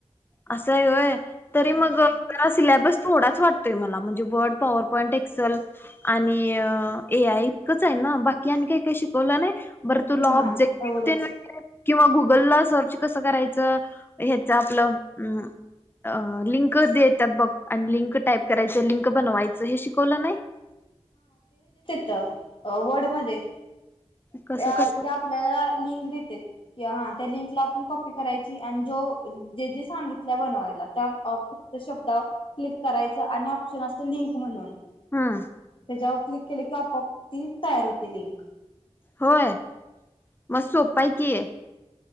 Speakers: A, on the left (about 20°); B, on the left (about 50°).
A: असं आहे होय. तरी
B: हा
A: मग सिलेबस थोडाच वा ते मला म्हणजे वर्ड, पॉवर, पॉईंट, एक्सेल आणि ए आय इतकंच आहे ना बाकी काही काही शिकवलं नाही. बरं तुला
B: नाही
A: ऑब्जेक्टिव
B: एवढंच
A: तेन वगैरे किंवा गुगल ला सर्च कसं करायचं ह्याच आपलं अ लिंक देतात बघ आणि लिंक टाईप करायचं, लिंक बनवायचं हे शिकवलं नाही.
B: त वर्ड मध्ये
A: कसं
B: त्या
A: कसं
B: त्या आपल्याला लिंक दे कि हा त्या लिंकला आपण कॉपी करायची. आणि जो जे जे सांगितल्या बनवायला त्या फक्त शब्दा क्लिक करायच आणि ऑप्शन असत लिंक म्हणून.
A: हम्म
B: त्याच्यावर क्लिक केलं किं मग ती तयार होते लिंक.
A: होय, मग सोप आहे की.